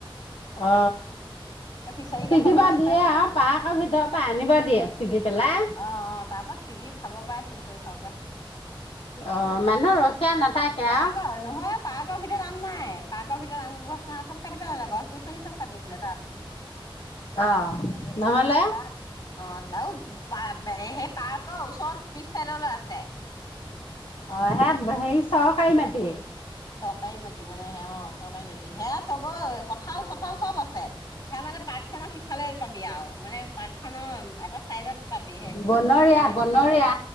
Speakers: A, on the left; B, on the left.
A: অ
B: এই ফিচাৰী
A: শিখিবা
B: কাষলৈহে আছে
A: দিয়ে অ পাৰ্কৰ ভিতৰৰ পৰা আনিব দিয়ে ছিগি পেলাই।
B: অ অ তাৰ পৰা ছিগি খাব পায় চব কৰি খাব পায়
A: অ মানুহ ৰখিয়া নাথাকে
B: পাৰ্কৰ
A: আৰু
B: নহয় পাৰ্কৰ ভিতৰত আম নাই। পাৰ্কৰ ভিতৰত আম গছ চ চব কাটিব লালে গছ গছনি চব কাটি দিলে তাত
A: অ নহলে
B: তাত অ আৰু প সেই পাৰ্কৰ ওচৰত পিছ চাইডলৈ আছে
A: অ সে হেৰি চৰকাৰী মাটি
B: চৰকাৰী মাটি মানে হে অ চৰকাৰী মাটি সেয়া চবৰ কঁঠাল চঠাল চব আছে সেয়া মানে পাৰ্কখনক সিফালে পাবি আৱ মানে পাৰ্ক খনৰ এটা চাইডত পাবি সেইখিনি
A: বনৰীয়া
B: মানে
A: বনৰীয়া